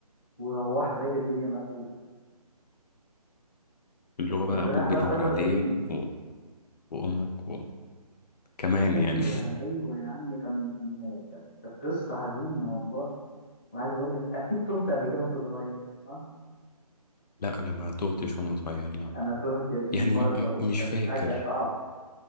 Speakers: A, on the left (about 20°); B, on the left (about 80°).
A: وروحت لقيت الدنيا مقلوبه
B: اللي هو بقى
A: كنت
B: ابوك
A: رايح
B: بيدور
A: بقى سايبر
B: عليك
A: بعيد
B: و... وامك و... كمان
A: ايوه
B: يعني
A: ايوه يا عم كان كان كانت كانت قصه حزينه والله وعايز اقول لك اكيد تهت قبل كده وانت صغير صح
B: <laughs> لا انا ما توهتش وانا صغير لا
A: انا تهت يا زميلي
B: يعني
A: مره
B: م-
A: وكانت
B: مش فاكر
A: حاجه صعبه